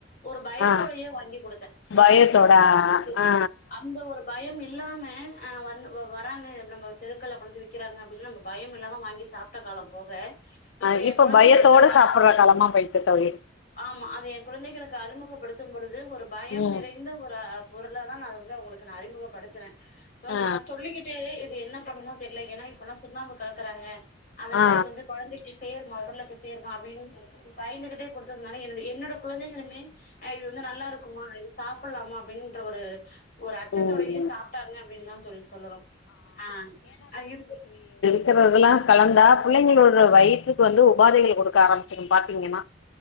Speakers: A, on the left (about 50°); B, on the left (about 80°).
A: ஒரு பயத்தோடையே
B: ஆ ஆ
A: வாங்கி கொடுத்தே ஏ
B: பயத்தோட
A: பிள்ளைங்களுக்கு ஒடம்புக்கு
B: ஆ ஆ
A: அந்த ஒரு பயம் எ ல்லாம அ வந் வ வராங்க நம்ம தெருக்கள கொண்டந்து விக் க்கராங்க அப்டினா நம்ம பயமில்லாம வாங்கி சாப்ட் ட காலம் போக இப்ப
B: ஆ
A: எ கொழந்தைகளுக்காக
B: பயத்தோட சாப்பிடுற
A: அத்
B: காலமா போயிட்டு தோழி
A: ஆமா அது எ குழந்தைகளுக்கு அறிமுகப்படுத்தும் பொழுது ஒரு பயம்
B: ம்
A: நிறைந்த ஒரு பொருளாதா நா வந்து அவங்களுக்கு நா அறிமுகப்படுத்துறே சோ
B: ஆ
A: நா சொல்லிக்கிட்டே இது என்ன ப்ப ஒண்ணு பண்ணுமோ தெரில ஏன்னா இப்பல்லா சுண்ணாம்பு கலக்கறாங்க அதனால
B: ஆ ஆ
A: இது வந்து கொழந்தைக்கு <unintelligible> போய் சேருவா அப்டின்னு பயந்துகிட்டே கொடுத்ததுனால என்னுடைய என்னோட கொழந்தைகளுமே ஆ இது வந்து நல்லா இருக்குமா இது சாப்லாமா அப்டின்ற ஒரு ஒரு அச்சத்தோடையே
B: ம் ம்
A: சாப்ட்டாங்க அப்டின்னுதா தோழி சொல்லனு ஆ அது இரு
B: இருக்கறதெல்லா கலந்தா புள்ளைங்களோட வயிற்றுக்கு வந்து உபாதைகள் குடுக்க ஆரம்பிச்சுரு பாத்தீங்கன்னா